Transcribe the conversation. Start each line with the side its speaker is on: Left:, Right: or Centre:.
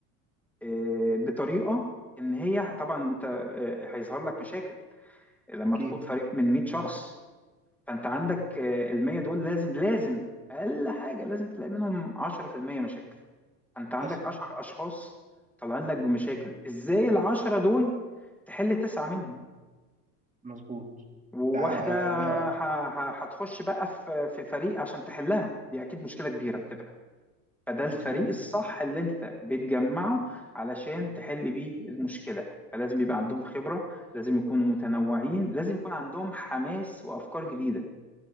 Centre: آه، بطريقة ان هي طبعا انت آه، هيظهر لك مشاكل لما
Right: اكيد
Centre: تقود فريق من 100 شخص فانت عندك آه، ال 100 دول لازم لازم اقل حاجة لازم تلاقي منهم 10% مشاكل فانت عندك
Right: حصل
Centre: 10 اشخاص طالعين لك بمشاكل ازاي العشرة دول تحل تسعة منهم
Right: مظبوط
Centre: وواحدة
Right: ده ده
Centre: ه- ه- هتخش بقى في في فريق عشان تحلها دي أكيد مشكلة كبيرة بتبقى فده الفريق
Right: مظبوط
Centre: الصح اللي أنت بتجمعه علشان تحل بيه المشكلة فلازم يبقى عندهم خبرة لازم يكونوا متنوعين لازم يكون عندهم حماس وأفكار جديدة